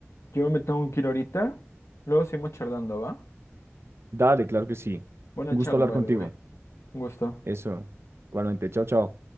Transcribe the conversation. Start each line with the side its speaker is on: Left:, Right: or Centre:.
Left: yo me tengo que ir ahorita. Luego seguimos charlando, ¿va?
Right: Dale, claro que sí.
Left: Buena
Right: Un gusto
Left: charla,
Right: hablar
Left: by
Right: contigo.
Left: the way. Un gusto.
Right: Eso. Igualmente. Chao, chao.